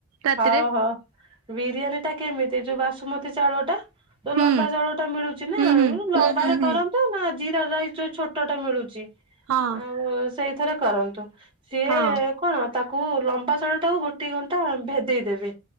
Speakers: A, on the right; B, on the right.
A: ରାତିରେ
B: ହଉ ହଉ। ବିରିୟାନୀଟା କେମିତି ଯୋଉ ବାସୁମତୀ ଚାଉଳଟା ଯୋଉ
A: ହୁଁ
B: ଲମ୍ବା ଚାଉଳଟା ମିଳୁଚି ନା
A: ହୁଁ ହୁଁ।
B: ଲମ୍ବାରେ
A: ହୁଁ ହୁଁ ହୁଁ।
B: କରନ୍ତୁ ନା ଜିରା ରାଇସ ଛୋଟଟା ମିଳୁଚି।
A: ହଁ।
B: ଆଉ ସେଇଥିରେ କରନ୍ତୁ ସିଏ
A: ହଁ।
B: କଣ ତାକୁ ଲମ୍ବା ଚାଉଳଟାକୁ ଗୋଟି ଘଣ୍ଟା ଭେଦେଇଦେବେ।